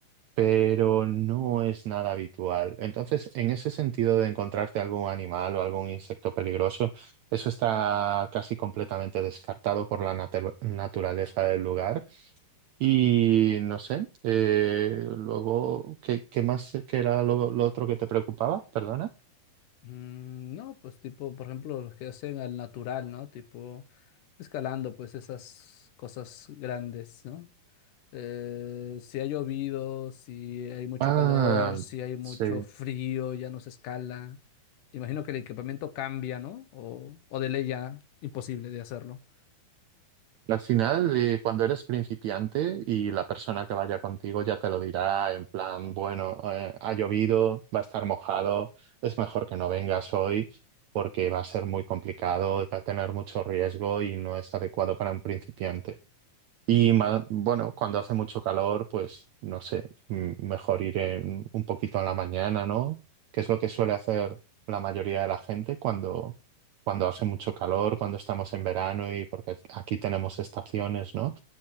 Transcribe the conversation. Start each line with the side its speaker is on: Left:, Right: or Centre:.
Right: pero no es nada habitual. Entonces, en ese sentido de encontrarte algún animal o algún insecto peligroso, eso está casi completamente descartado por la natu- naturaleza del lugar. Y no sé, eh, luego, ¿qué, qué más, qué era lo lo otro que te preocupaba? Perdona.
Left: Mm, No, pues tipo, por ejemplo, los que hacen al natural, ¿no? Tipo, escalando, pues esas cosas grandes, ¿no? Eh, si ha llovido, si hay mucho
Right: Ah,
Left: calor, si hay mucho
Right: sí.
Left: frío, ya no se escala. Imagino que el equipamiento cambia, ¿no? O, o de ley ya imposible de hacerlo.
Right: Al final, eh, cuando eres principiante y la persona que vaya contigo ya te lo dirá en plan, bueno, eh, ha llovido, va a estar mojado, es mejor que no vengas hoy porque va a ser muy complicado, va a tener mucho riesgo y no es adecuado para un principiante. Y
Left: Mm.
Right: ma- bueno, cuando hace mucho calor, pues no sé, m- mejor ir en- un poquito a la mañana, ¿no? Que es lo que suele hacer la mayoría de la gente cuando, cuando hace mucho calor, cuando estamos en verano y porque aquí tenemos estaciones, ¿no?